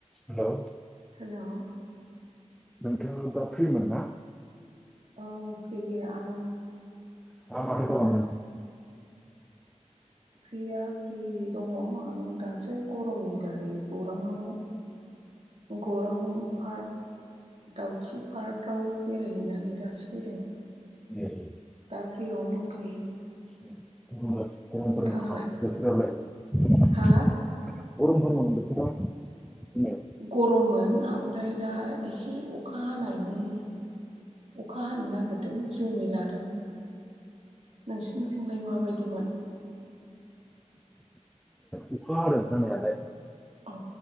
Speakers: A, in the centre; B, on the right.
A: हेलौ।
B: हेल'।
A: नोंथाङा दा फ्रि मोन्ना।
B: औ फैयो आं
A: <unintelligible>
B: दा फ्रिया फ्रि दंङ आं दासो गरमनि दारै गौरांङाव गौरां पार्क दाउखि पार्कआव बेरायहैनानै दासो फैदों।
A: <inaudible>
B: दा फ्रियावनो दंथयो।
A: <unintelligible>
B: नोंथाङालाय
A: <unintelligible>
B: हा
A: दिनै
B: गरममोन ओमफ्राय दा एसे अखा हानायनि अखा हानो नागिरदों जोमै लादों नोंसोरनिथिंलाय माबायदिमोन
A: अखा हादों हानायालाय
B: अ